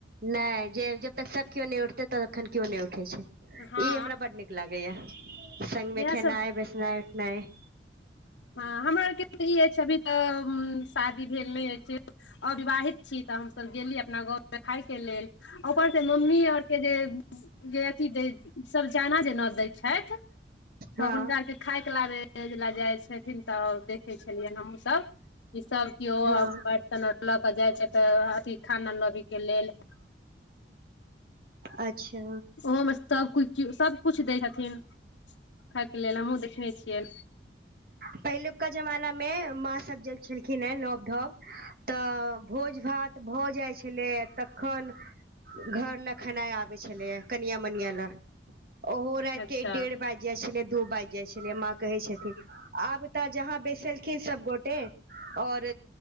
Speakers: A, on the right (about 55°); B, on the left (about 80°).
A: नहि जे जबतक सभ केो नहि उठते तबखन केो नहि उठे छै ई
B: हँ
A: हमरा बड निक लागै या संघ मे
B: इएह
A: खेनाइ
B: सब
A: बसना उठनाइ
B: हँ हमरा आर के तऽ ई अछि अभी तऽ शादी भेल नहि अछि। आवाहित छी तऽ हमसभ गेली अपना गाँ देख खायके लेल ओकर से मम्मी और के जे जे अथि सभ जाना जे नोत दै छथि। तऽ
A: हँ
B: हुनका आरके खायके लाबे लऽ जाइ छथिन तऽ देखे छलियै हमहु सभ ई सभ केओ
A: हँ
B: बर्तन लऽ कऽ जाइत छै तऽ अथि खाना लबै के लेलऽ
A: अच्छा।
B: ओहो मे सभकूछ सभ कुछु दै छथिन खाय के लेल हमहुँ देखने छियै
A: पहिलुका जमाना मे माँ सभ जे छलखिन हे नव धव तऽ भोज भात भऽ जाइ छलै तखन। घर लऽ खेनाइ आबै छलैए कनिया मनिया लए ओहो राति
B: अच्छा
A: के डेढ़ बाजि जाइ छलै दू बाजि जाइ छलै माँ कहै छथिन। आब तऽ जहाँ बैसलखिन सभ गोटे और